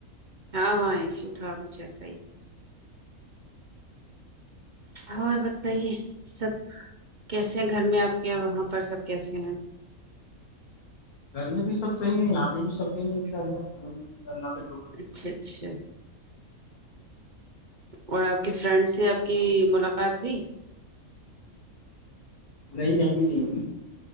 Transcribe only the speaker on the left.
گھر میں بھی سب صحیح ہے یہاں پہ بھی صح ہے ان شاء اللہ الحمد للہ اللہ ک
نہیں ابھی نہیں ہوی